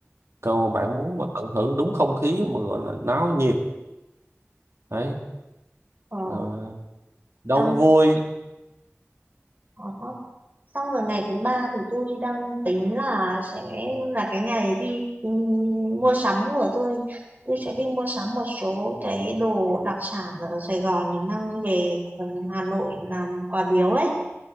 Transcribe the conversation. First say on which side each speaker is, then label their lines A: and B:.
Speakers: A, on the right; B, on the right.
A: còn bạn muốn mà tận hưởng đúng không khí mà gọi là náo nhiệt đấy
B: Ờ,
A: ờ, đông
B: xong,
A: vui
B: ờ, xong rồi ngày thứ ba thì tôi đang tính là sẽ là cái ngày đi ừ, mua sắm của tôi. Tôi sẽ đi mua sắm một số cái đồ đặc sản ở Sài Gòn để mang về ừ, Hà Nội làm quà biếu ấy.